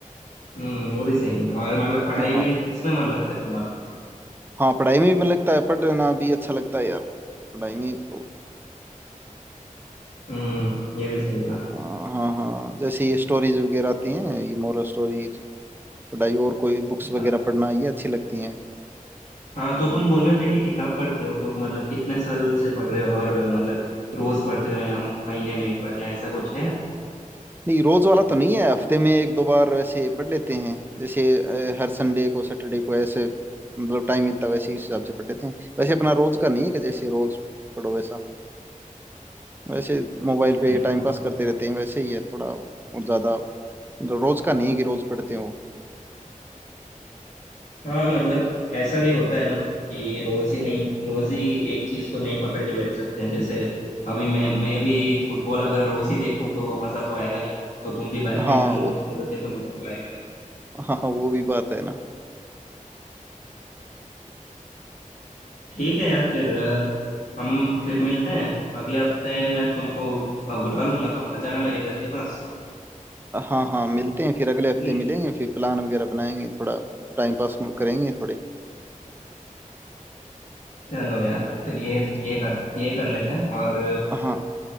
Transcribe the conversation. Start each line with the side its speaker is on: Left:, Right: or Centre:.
Left: हम्म वो भी सही है और मतलब पढ़ाई
Right: हाँ
Left: में किसमें मन लगता है तुम्हारा
Right: हाँ पढ़ाई में भी मन लगता है पढ़ना भी अच्छा लगता है यार पढ़ाई में तो
Left: हम्म ये भी सही कहा
Right: हाँ हाँ हाँ जैसे ये स्टोरीज वगैरह आती हैं ये मोरल स्टोरी पढ़ाई और कोई बुक्स
Left: अच्छा
Right: वगैरह पढ़ना ये अच्छी लगती हैं
Left: हाँ तो तुम बोल रहे थे कि किताब पढ़ते हो तो मतलब कितने साल से पढ़ रहे हो और मतलब रोज पढ़ते हो या महीने में एक बार या ऐसा कुछ है
Right: नहीं रोज वाला तो नहीं है हफ्ते में एक दो बार वैसे पढ़ लेते हैं जैसे अ, हर संडे को सैटरडे को ऐसे मतलब टाइम मिलता है वैसे इस हिसाब से पढ़ लेते हैं वैसे अपना रोज का नहीं है कि जैसे रोज पढ़ो वैसा वैसे मोबाइल पे
Left: अच्छा
Right: टाइम पास करते रहते हैं वैसे ही है थोड़ा और ज्यादा मतलब रोज का नहीं है कि रोज पढ़ते हो
Left: हाँ मतलब ऐसा भी होता है ना कि रोज ही नहीं रोज ही एक चीज को नहीं पकड़ के बैठ सकते हैं जैसे अभी मैं मैं भी फुटबॉल अगर रोज ही देखूं तो मजा तो आएगा नहीं तो तुम भी बैडमिंटन
Right: हाँ वो
Left: रोज खेलोगे तो मजा तो आएगा नहीं
Right: हाँ हाँ वो भी बात है ना
Left: ठीक है यार फिर अ, हम
Right: हम्म,
Left: फिर मिलते हैं अगले हफ्ते मैं तुमको अ, बुला लूंगा तुम आ जाना मेरे घर के पास
Right: हाँ हाँ मिलते हैं फिर अगले हफ्ते
Left: ठीक
Right: मिलेंगे
Left: है?
Right: फिर प्लान वगैरह बनाएंगे थोड़ा टाइम पास करेंगे थोड़े
Left: चलो यार फिर ये
Right: ठीक।
Left: ये कर ये कर लेते हैं और
Right: हाँ